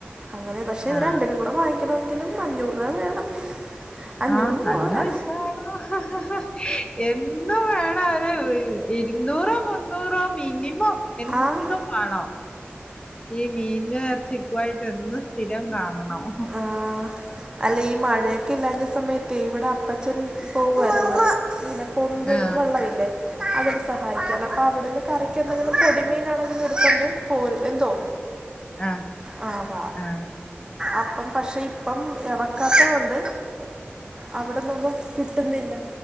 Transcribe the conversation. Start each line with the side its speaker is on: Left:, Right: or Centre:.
Right: അങ്ങനെ പക്ഷെ
Left: ആ
Right: രണ്ടിനും കൂടെ വാങ്ങിക്കെണമെങ്ങിലും അഞ്ഞൂറ്പ വേണം അഞ്ഞൂറ്
Left: ആഹ് നല്ല
Right: പോരാ
Left: പൈസ വേണം എന്നും വേണം ഒര് ഇര്ന്നൂറോ മുന്നൂറോ മിനിമം എന്നും
Right: ആ
Left: വേണം ഈ മീൻനും എർച്ചിക്കുവായിട്ട് എന്നും സ്ഥിരം കാണണം
Right: ആഹ് അല്ല ഈ മഴെയെക്കെ ഇണ്ടായ്‌ര്ന്ന സമയത്തേ ഇവിടെ അപ്പച്ചന് പോവായിര്ന്നു ങ്ങെനെ പൊന്ത്
Left: ആ
Right: വെള്ളവില്ലേ അതൊരു സഹായിക്കാന് അപ്പോ അവിടന്ന് കറിക്കെന്തെങ്കിലും പൊടിമീനാണെങ്കിലും എടുതോണ്ടു പോരും എന്തോ
Left: ആ
Right: ആ പോം
Left: ആ
Right: അപ്പ് പക്ഷെ ഇപ്പം എറക്കാത്തതോണ്ട് അവിടന്നൊന്നും കിട്ടുന്നില്ല